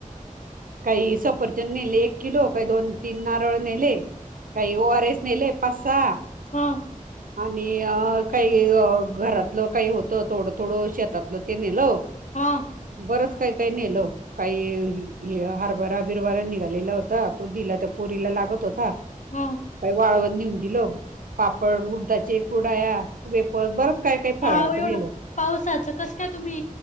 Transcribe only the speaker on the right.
काही सफरचंद नेले एक किलो काही दोन तीन नारळ नेले काही ओआरएस नाहील पाचसा
आणि अ काही घरात काही होतं थोडं थोडं शेतातलं ते नेलंव
बरंच काही काही नेल काही हरबारा बिरबारा निघाल होत तो दिला त्या पोरीला लागत होता का
वाळवण नेऊन दिलं पापड उडदाचे कुडाया वेपर बरच काय काही फराळाचं
नेलं